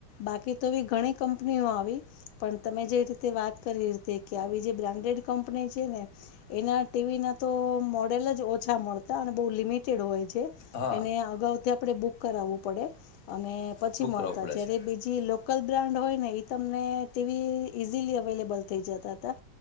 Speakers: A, on the left; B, on the left.
A: બાકી તો એ ઘણી કંપનીઓ આવી પણ તમે જે રીતે વાત કરી રીતે કે આવી જે બ્રાન્ડ. ને એના ટીવી ના તો મોડેલ જ. ઓછા મળતા અને બહુ લિમિટેડ હોય છે
B: હા
A: એને અગાઉથી આપણે બુક કરાવવું પડે. અને પછી
B: બુક
A: મળતા
B: કરાવવું પડે
A: જય્યારે
B: છે
A: બીજી. લોકલ બ્રાન્ડ હોય ને તમને ટીવી ઈઝીલી અવેલેબલ થઈ જતા હતા.